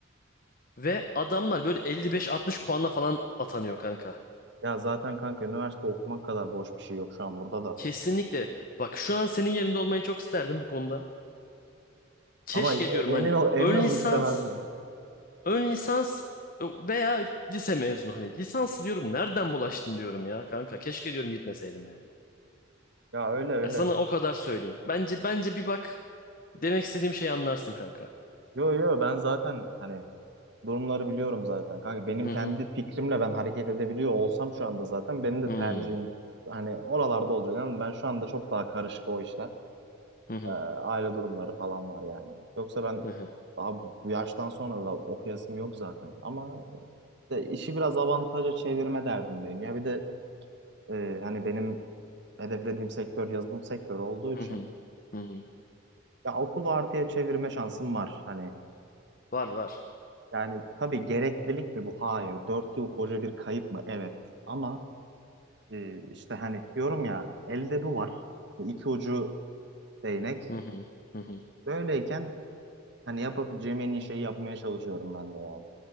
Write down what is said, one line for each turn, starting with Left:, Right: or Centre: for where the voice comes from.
Left: Ve adamlar böyle 55-60 puanla falan atanıyor kanka.
Right: Ya zaten kanka üniversite okumak kadar boş bir şey yok şu an burada da.
Left: Kesinlikle. Bak şu an senin yerinde olmayı çok isterdim bu konuda. keşke
Right: Ama e-
Left: diyorum hani
Right: emin ol, emin
Left: ön
Right: ol
Left: lisans,
Right: istemezdim.
Left: ön lisans e, veya lise mezunu hani lisans diyorum nereden bulaştım diyorum ya kanka keşke diyorum gitmeseydim yani.
Right: Ya öyle öyle.
Left: Ya sana o kadar söyleyeyim. Bence bence bir bak demek istediğim şeyi anlarsın kanka.
Right: Yo yo ben zaten hani durumları biliyorum zaten. Kanka benim
Left: Hı
Right: kendi
Left: hı.
Right: fikrimle ben hareket edebiliyor olsam şu anda zaten benim de
Left: Hmm.
Right: tercihim hani oralarda olacak ama ben şu anda çok daha karışık o işler.
Left: Hı hı.
Right: Ee, aile durumları falan var yani. Yoksa ben
Left: Hı hı.
Right: daha bu bu yaştan sonra da okuyasım yok zaten. Ama işte işi biraz avantaja çevirme derdindeyim. Ya bir de e, hani benim hedeflediğim sektör yazılım sektörü olduğu için
Left: Hı hı. Hı hı.
Right: ya okulu artıya çevirme şansım var. Hani
Left: Var var.
Right: yani tabii gereklilik mi bu? Hayır. Dört yıl koca bir kayıp mı? Evet. Ama e, işte hani diyorum ya elde bu var. Hani iki ucu değnek.
Left: Hı hı. Hı hı.
Right: Böyleyken hani yapabileceğim en iyi şeyi yapmaya çalışıyorum ben de yani.